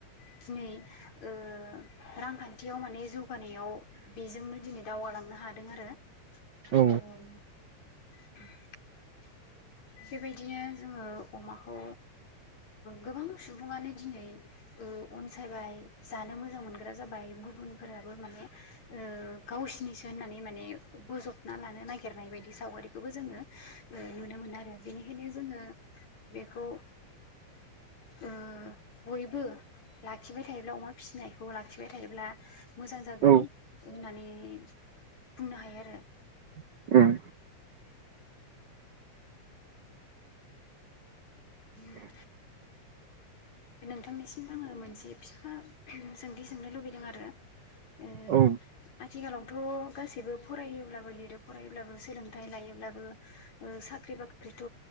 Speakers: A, on the left; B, on the right.
A: दिनै ओ रांखान्थियाव माने जौगानायाव बेजोंनो दिनै दावगालांनो हादों आरो
B: औ
A: ओ। <inaudible> बेबायदिनो जोङो अमाखौ गोबां ओ सुबुङानो दिनै अनसायबाय जानो मोजां मोनग्रा जाबाय गुबुनफोराबो माने गावसिनिसो होननानै माने बोजबना लानो नागिरनाय बायदि सावगारिखौबो जोङो नुनो मोनो आरो। बेनिखायनो जोङो बेखौ ओ बयबो लाखिबाय थायोब्ला अमा फिसिनायखौ लाखिबाय थायोब्ला मोजां जागोन
B: औ
A: होननानै बुंनो हायो आरो।
B: उम
A: उम नोंथांनिसिम आङो मोनसे फिसा सोंथि सोंनो लुबैदों आरो। ओ
B: औ
A: आथिखालावथ' गासैबो फरायोब्लाबो लिरो फरायोब्लाबो सोलोंथाइ लायोब्लाबो ओ साख्रि बाख्रिथ'